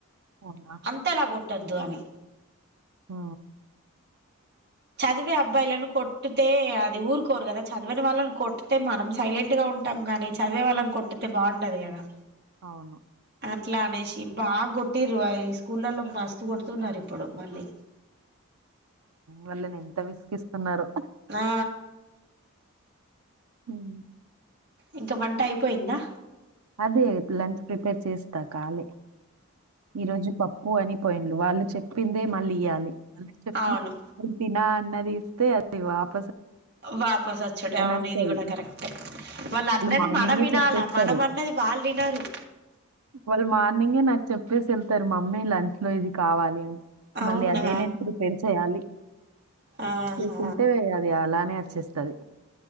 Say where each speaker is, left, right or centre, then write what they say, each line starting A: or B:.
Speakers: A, on the right; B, on the right.
A: అవునా!
B: అంతలా కొట్ ఉద్వాని
A: ఆ
B: చదివి అబ్బాయిలను కొట్టితే అది ఊరుకోరు కదా చదివని వాళ్ళని కొట్తే మనం సైలెంట్ గా ఉంటాం గానీ చదివే వాళ్ళని కొట్తే బాగుండదు కదా
A: అవును
B: అట్లా అనేసి బాగా కొట్టిరు అ స్కూలలో మస్తు కొడుతున్నారు ఇప్పుడు మళ్ళీ
A: వాళ్ళని ఎంత విసిగిస్తున్నారో
B: ఆ
A: ఉమ్
B: ఇంక వంట అయిపోయిందా
A: అదే లంచ్ ప్రిపేర్ చేస్తా కాలీ ఈ రోజు పప్పు అని పోయింది వాళ్ళు చెప్పిందే మళ్ళీ ఇయ్వాలి మళ్ళీ చెప్ప
B: అవును
A: తిన అన్నది తే అది వాప్
B: వాపస్ వచ్చటేమని
A: ఒస్తది.
B: ఇది కూడా కరెక్టే వాళ్ళు అన్నది
A: మార్నింగే
B: మనం వినాల
A: చెప్పేస్తారు.
B: మనం అన్నది వాళ్ళు వినరు
A: వాళ్ళు మార్నింగే నాకు చెప్పేసి వెళ్తారు మమ్మీ లంచ్ లో ఇది కావాలి అని
B: అవునా
A: మళ్ళీ అదే నేను ప్రీపేర్ చేయాలి
B: ఆహా
A: చేసుంటే అది అలానే చ్చేస్తది